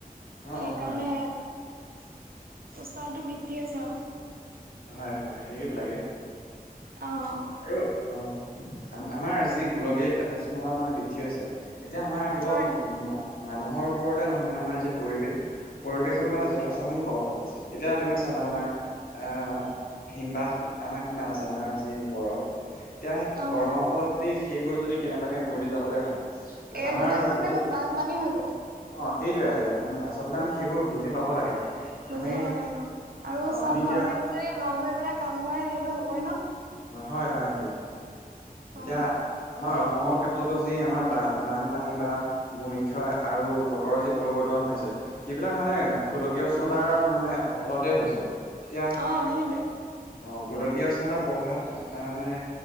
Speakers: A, on the left (about 70°); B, on the right (about 75°).
A: অ
B: সেইকাৰণে,
A: অ হয়
B: উষ্ণতাটো বৃদ্ধি হৈছে আৰু।
A: হয়, হয়। সেইবিলাকে
B: অ', অ',
A: আৰু অ', আমাৰ যি গোলকীয় উষ্ণতা মানে বৃদ্ধি হৈছে। এতিয়া আমাৰ কেৱল
B: হয়
A: উম্, মানুহৰ ওপৰতে নহয় মানে আমাৰ যি পৰিৱেশ। পৰিৱেশতো মানে যথেষ্টখিনি প্ৰভাৱ পেলাইছে, এতিয়া তুমি চাবা আমাৰ আহ্ হিমবাহ আমাৰ কিমান আছে, আমাৰ যি বৰফ। এতিয়া
B: অ',
A: গৰমৰ ফলত যদি, সেইবোৰ যদি কেনেবাকৈ গলি যাবলৈ হয়।
B: এ,
A: আমাৰ
B: গোটেইখন
A: গোটেই
B: দেখোন বানপানী হৈ যাব।
A: অ', সেইটোয়ে। আমি আচলতে আমি সেইবোৰ বুজি পাব লাগে।
B: বুজি
A: আমি
B: পাব লাগে আৰু
A: অ
B: চব
A: আমি এতিয়া
B: মানুহে যদি লগ হৈ পেলাই কাম কৰে, তেতিয়াতো হ'বই ন।
A: হয়, হয়। সেইটোৱে।
B: অ'।
A: এতিয়া আমাৰ অসমৰ ক্ষেত্ৰতো যি আমাৰ বানপানী বা ভূমিখয় আৰু বতৰ যি পৰিৱৰ্তন হৈছে। সেইবিলাক মানে গোলকীয়া উষ্ণতাৰ মানে ফলতে হৈছে। এতিয়া
B: অ', সেইটোৱে।
A: অ', গোলকীয় উষ্ণতাৰ প্ৰভাৱ। আহ্ মানে